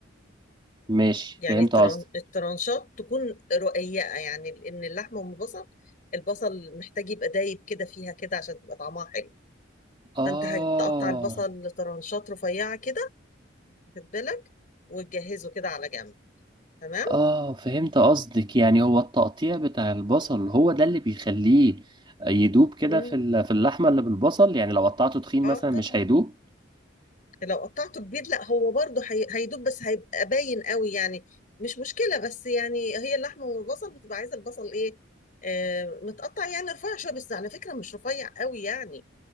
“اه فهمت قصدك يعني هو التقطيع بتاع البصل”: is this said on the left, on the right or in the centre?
Right